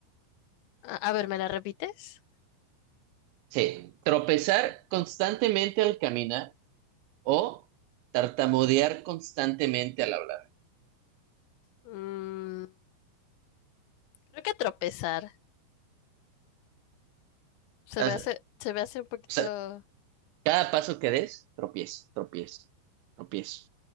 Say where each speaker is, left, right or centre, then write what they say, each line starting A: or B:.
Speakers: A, on the left; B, on the right.
A: A, a ver, ¿me la repites?
B: Sí, tropezar constantemente al caminar o tartamudear constantemente al hablar.
A: Mm, creo que tropezar. Se
B: Haz-
A: me hace, se me hace un poquito.
B: O sea, cada paso que des, tropiezo, tropiezo, tropiezo,